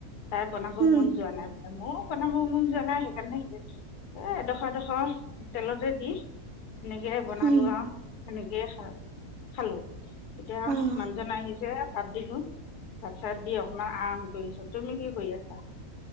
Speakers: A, on the left; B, on the right.
A: তাই বনাব
B: উম,
A: মন যোৱা নাই। মোৰ বনাব মন যোৱা নাই সেইকাৰণে এ এডোখৰ এডোখৰ তেলতে দি সেনেকে বনালো
B: উম,
A: আৰু সেনেকেই খা খালোঁ এতিয়া
B: অ',
A: মানুহজন আহিছে ভাত দিলো। ভাত চাত দি অকমান আৰাম কৰিছো তুমি কি কৰি আছা?